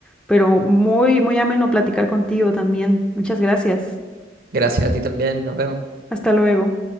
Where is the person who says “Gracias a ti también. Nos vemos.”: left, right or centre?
Right